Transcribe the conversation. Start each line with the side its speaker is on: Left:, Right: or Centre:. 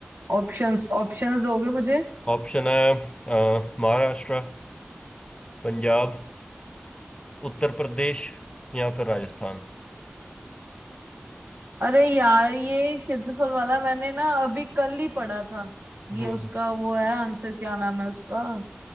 Right: ऑप्शंस ऑप्शंस दोगे मुझे
Left: ऑप्शन है अ, महाराष्ट्र पंजाब उत्तर प्रदेश या फिर राजस्थान
Right: अरे यार ये क्षेत्रफल वाला मैंने ना अभी कल ही पढ़ा था
Left: हम्म
Right: ये उसका वो है आंसर क्या नाम है उसका